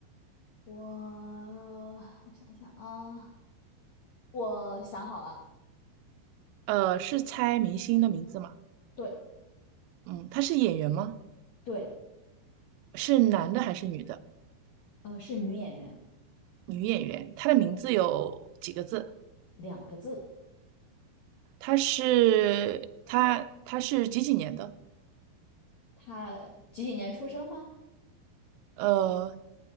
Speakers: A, on the left (about 80°); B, on the right (about 85°).
A: 我我想想啊，我想好了，
B: 呃，是猜明星的名字吗？
A: 对
B: 嗯，他是演员吗？
A: 对，
B: 是男的还是女的？
A: 呃，是女演员，
B: 女演员，她的名字有几个字？
A: 嗯，两个字。
B: 她是她她是几几年的？
A: 她几几年出生吗？
B: 呃，